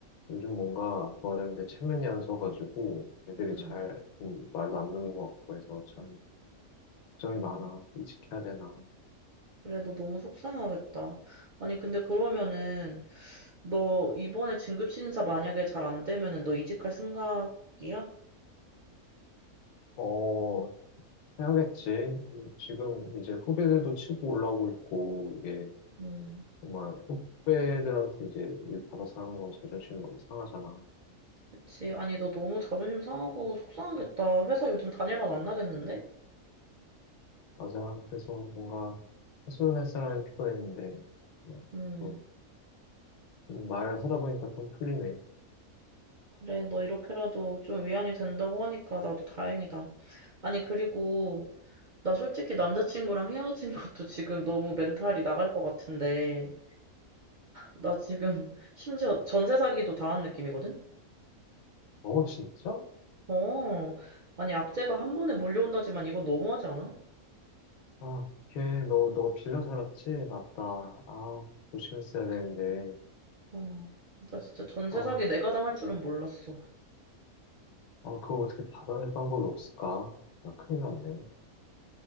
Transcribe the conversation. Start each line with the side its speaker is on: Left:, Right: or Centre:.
Left: 요즘 뭔가 부하들한테 체면이 안 서가지고 애들이
Right: 음.
Left: 잘 음, 말도 안 듣는 것 같고 해서 참 걱정이
Right: 음.
Left: 많아. 이직해야 되나?
Right: 그래, 너 너무 속상하겠다. 아니, 근데 그러면은, 너 이번에 진급신사 만약에 잘 안 되면은 너 이직할 생각이야?
Left: 어, 해야겠지. 지금 이제 후배들도 치고 올라오고 있고, 이게
Right: 음,
Left: 정말 후배들한테 이제 일 받아서 하는 건 자존심이 너무 상하잖아.
Right: 그치. 아니, 너 너무 자존심 상하고 속상하겠다. 회사 요즘 다닐 맛 안 나겠는데?
Left: 맞아. 그래서 뭔가 하소연할 사람이 필요했는데, 뭐,
Right: 음,
Left: 또 말하다 보니까 좀 풀리네.
Right: 그래, 너 이렇게라도 좀 위안이 된다고 하니까 나도 다행이다. 아니, 그리고, 나 솔직히 남자친구랑 헤어진 <laughs> 것도 지금 너무 멘탈이 나갈 것 같은데, 나 지금 <laughs> 심지어 전세 사기도 당한 느낌이거든?
Left: 어, 진짜?
Right: 어, 아니, 악재가 한 번에 몰려온다지만 이건 너무하지 않아?
Left: 아, 걔, 너, 너 빌려 살았지? 맞다. 아, 조심했어야 되는데.
Right: 어, 나 진짜 전세
Left: 아,
Right: 사기 내가 당할 줄은 몰랐어.
Left: 아, 그거 어떻게 받아낼 방법이 없을까? 나 큰일 났네.